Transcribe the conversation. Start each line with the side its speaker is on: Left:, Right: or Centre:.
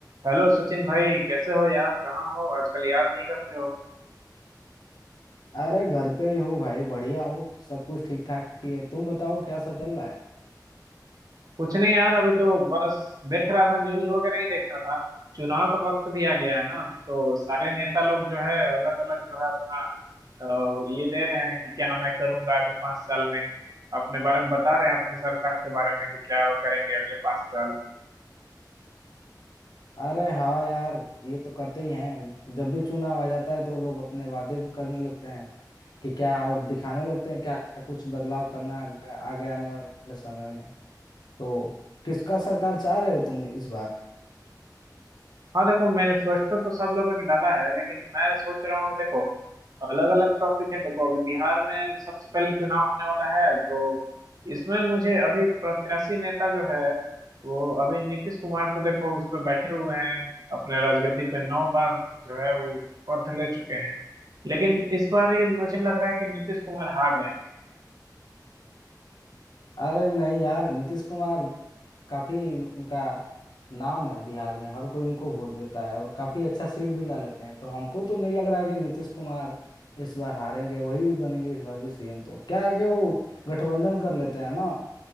Right: हेलो सचिन भाई कैसे हो यार कहाँ हो आजकल याद नहीं करते हो
Left: अरे घर पे ही हूँ भाई बढ़िया हूँ सब कुछ ठीक ठाक ही है तुम बताओ क्या सब चल रहा है
Right: कुछ नहीं यार अभी तो बस देख रहा था न्यूज वगैरह ही देख रहा था चुनाव का वक्त भी आ गया है ना तो सारे नेता लोग जो है अलग अलग जो है अपना अ, ये दे रहे हैं कि क्या मैं करूंगा आगे पाँच साल में अपने बारे में बता रहे हैं अपने सरकार के बारे में कि क्या वो करेंगे अगले पाँच साल
Left: अरे हाँ यार ये तो करते ही हैं जब भी चुनाव आ जाता है तो लोग अपने वादे भी करने लगते हैं कि क्या और दिखाने लगते हैं क्या कुछ बदलाव करना है आगे, आगे आने वाले समय में तो किसका सरकार चाह रहे हो तुम इस बार
Right: हाँ देखो मैनिफेस्टो तो तो सब लोगों ने डाला है लेकिन मैं सोच रहा हूँ देखो अलग अलग टॉपिक है देखो अभी बिहार में सबसे पहले चुनाव होने वाला है तो इसमें मुझे अभी प्रत्याशी नेता जो है वो अभी नीतीश कुमार तो देखो उस पर बैठे हुए हैं अपने राजगद्दी पे नौ बार जो है वो पथ ले चुके हैं लेकिन इस बार ये मुझे लग रहा है कि नीतीश कुमार हार जाएंगे
Left: अरे नहीं यार नीतीश कुमार काफी उनका नाम है बिहार में हर कोई उनको वोट देता है और काफी अच्छा सीट भी ला लेते हैं तो हमको तो नहीं लग रहा है कि नीतीश कुमार इस बार हारेंगे वही बनेंगे इस बार भी सीएम तो क्या है कि वो गठबंधन कर लेते हैं ना